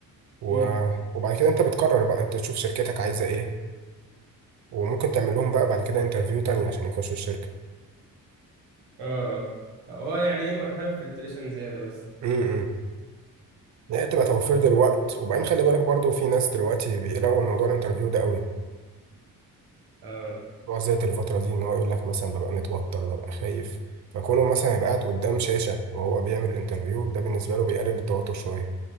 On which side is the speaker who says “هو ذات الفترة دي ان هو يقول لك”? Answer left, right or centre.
Right